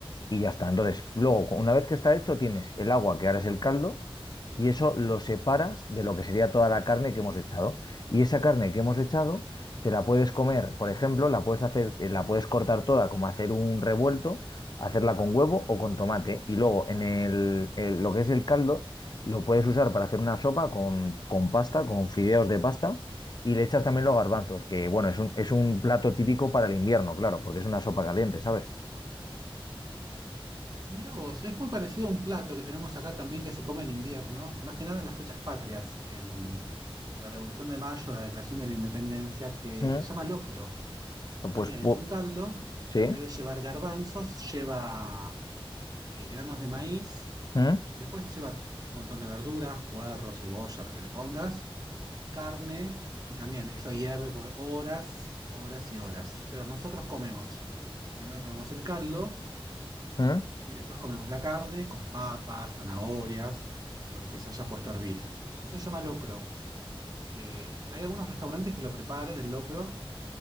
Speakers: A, on the left; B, on the right.
A: y ya está. Entonces, luego, una vez que está hecho, tienes el agua, que ahora es el caldo, y eso lo separas de lo que sería toda la carne que hemos echado. Y esa carne que hemos echado te la puedes comer, por ejemplo, la puedes hacer, eh, la puedes cortar toda, como hacer un revuelto, hacerla con huevo o con tomate. Y luego en el, el- lo que es el caldo, lo puedes usar para hacer una sopa con, con pasta, con fideos de pasta, y le echas también los garbanzos, que bueno, es un, es un plato típico para el invierno, claro, porque es una sopa caliente, ¿sabes?
B: Mira vos, es muy parecido a un plato que tenemos acá también que se come en invierno, más que nada en las fechas patrias, en la Revolución de Mayo, la Declaración de la Independencia, que
A: Mm.
B: se llama locro. También
A: Pues
B: es
A: pu-
B: un caldo
A: sí.
B: que en vez de llevar garbanzos, lleva eh, granos de maíz,
A: Mm,
B: y después lleva un montón de verduras, puerro, cebolla, lo que le pongas, carne, y también eso hierve por horas, horas y horas. Pero nosotros comemos. Primero tomamos el caldo
A: mm.
B: Y después comemos la carne con papas, zanahorias o lo que se haya puesto a hervir. Eso se llama locro. Eh, hay algunos restaurantes que lo preparan, el locro.